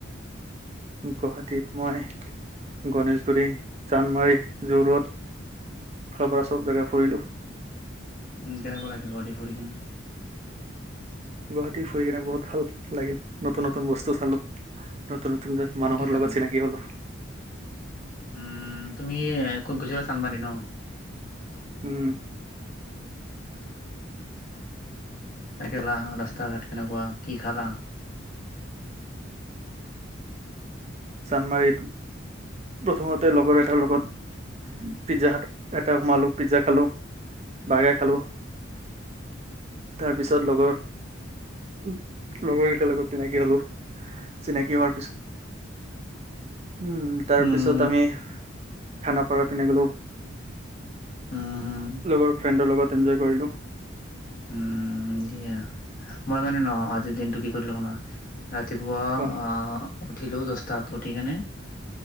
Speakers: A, on the right (about 35°); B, on the left (about 45°).
A: গুৱাহাটীত মই গণেশগুৰি চান্দমাৰী যোৰড এফালৰ পৰা চব জেগা ফুৰিলো
B: কেনেকুৱা লাগিল গুৱাহাটী ফুৰি কিনে?
A: গুৱাহাটী ফুৰি কিনে বহুত ভাল লাগিল নতুন নতুন বস্তু চালো নতুন নতুন যে মানুহৰ
B: কি কি চালা?
A: লগত চিনাকি হলো
B: উ তুমি ক'ত গৈছিলা চান্মাৰী ন
A: উম
B: একেলা ৰাস্তা ঘাট কেনেকুৱা কি খালা
A: চান্দমাৰিত প্ৰথমতে লগৰ এটাৰ লগত পিজ্জা এটা সোমালো পিজ্জা খালো বাৰ্গাৰ খালো তাৰ পিছত লগৰ উ লগৰ কেইটাৰ লগত চিনাকি হলো চিনাকি হোৱাৰ পিছত উম তাৰ
B: উম
A: পিছত আমি খানাপাৰা পিনে গলো
B: উম হম
A: লগৰ ফ্ৰেণ্ডৰ লগত এনজয় কৰিলোঁ
B: উম দিয়া মই মানে ন আজিৰ দিনটো কি কৰিলো শুনা ৰাতিপুৱা
A: কোৱা
B: উঠিলোঁ দহটাত উঠি কেনে